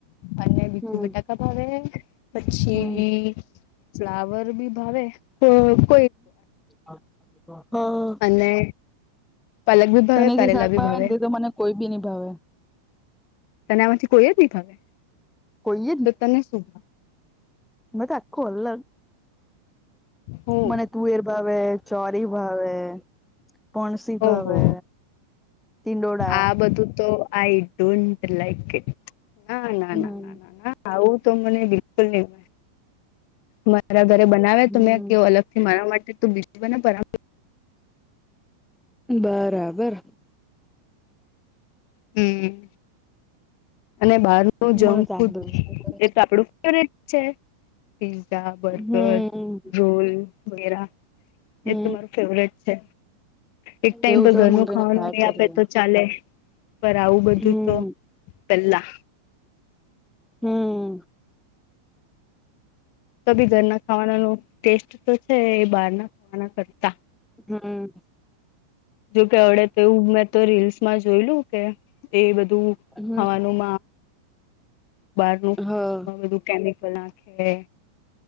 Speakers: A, on the left; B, in the centre.
A: અને બીજું
B: હમ
A: બેટા. ભાવે પછી
B: હમ
A: ફ્લાવર બી ભાવે તો.
B: હ હા.
A: અને પલક ભી ભવે
B: તને
A: કરેલા
B: જે શાક
A: ભી
B: ભાવે
A: ભવે.
B: ને તે તો મને કોઈ બી નિભાવે.
A: તને આમાંથી કોઈ જ નહી ફવે
B: કોઈ
A: તો તને શું.
B: બ તો આખું અલગ
A: હું
B: મને. તુવેર ભાવે ચોરી ભાવે પોણસી ભાવે.
A: ઓહો
B: ટિંડોળા
A: આ બધું તો આઈ ડોન્ટ લઇક ઇટ ના ના
B: હમ
A: ના ના ના ના. આવું તો મને બિલકુલ નહી મારા ઘરે બનાવે
B: હમ
A: તો મેં કેવું અલગ મારા માટે તો બીજું બને.
B: બરાબર.
A: હમ. અને બહાર ન જંક
B: મને તો
A: ફૂડ?
B: આજ બધું શાક ભાવે
A: એ તો આપડું ફેવરિટ છે. પિઝા બર્ગર
B: હમ
A: રોલ વગેરા
B: હમ
A: એ તમારું. ફવટ છે એક ટાઈમ
B: એવું
A: તો ઘરનું
B: મંગાઈને
A: ખાવાનું
B: ખાયા
A: નહી
B: જ
A: આપે
B: કરીએ
A: તો ચાલે. પર આવું બધું
B: હમ
A: તો પહેલા.
B: હમ.
A: તો ભી ઘરના ખાવાના ન ટેસ્ટ તો છે એ બહાર ના ખાવાના કરતા.
B: હમ.
A: જોકે અડે તોવું મેં તો રીલ્સમાં જોયલું કે એ બધું.
B: હમ
A: ાવાનું બાર ન ખાવાનું
B: હા
A: બું. ખે